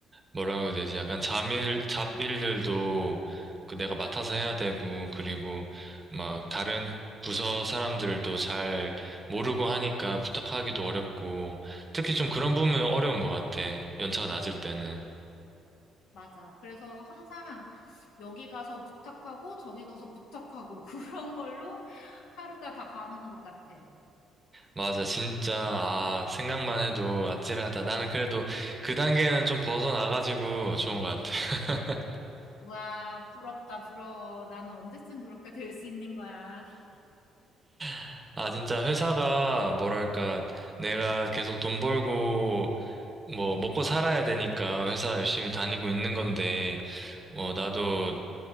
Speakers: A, on the right; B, on the left.
A: 뭐라고 해야 되지? 약간 잡일, 잡일들도 그 내가 맡아서 해야 되고, 그리고 막 다른 부서 사람들도 잘 모르고 하니까 부탁하기도 어렵고, 특히 좀 그런 부분은 어려운 것 같아. 연차가 낮을 때는.
B: 맞아. 그래서 항상 여기 가서 부탁하고 저기 가서 부탁하고 <laughs> 그런 걸로 하루가 다 가는 것 같아.
A: 맞아, 진짜, 아, 생각만 해도 아찔하다. 나는 그래도 그 단계는 좀 벗어나가지고 좋은 것 같아.
B: 와, 부럽다, 부러워. 나는 언제쯤 그렇게 될 수 있는 거야.
A: <laughs> 아, 진짜 회사가 뭐랄까, 내가 계속 돈 벌고 뭐 먹고 살아야 되니까 회사 열심히 다니고 있는 건데 뭐 나도